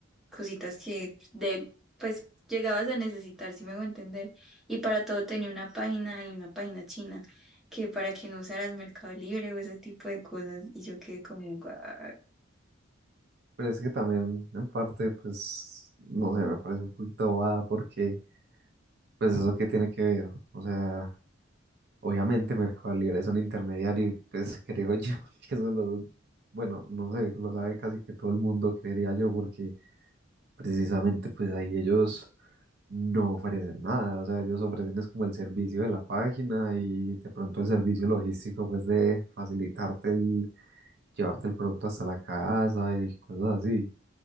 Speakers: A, in the centre; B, on the right.
A: cositas que de, pues llegabas a necesitar, si me hago entender. Y para todo tenía una página y una página china, que para que no usaras Mercado Libre o ese tipo de cosas. Y yo quedé como, "Guau".
B: Pero es que también, en parte, pues, no sé, me parece un poquito bobada porque, pues, eso qué tiene que ver. O sea, obviamente Mercado Libre es un intermediario y, pues, creo yo <laughs> que eso lo, bueno, no sé, lo sabe casi que todo el mundo, creería yo, porque precisamente, pues, ahí ellos no ofrecen nada. O sea, ellos ofrecen es como el servicio de la página y de pronto el servicio logístico, pues, de facilitarte el llevarte el producto hasta la casa y cosas así.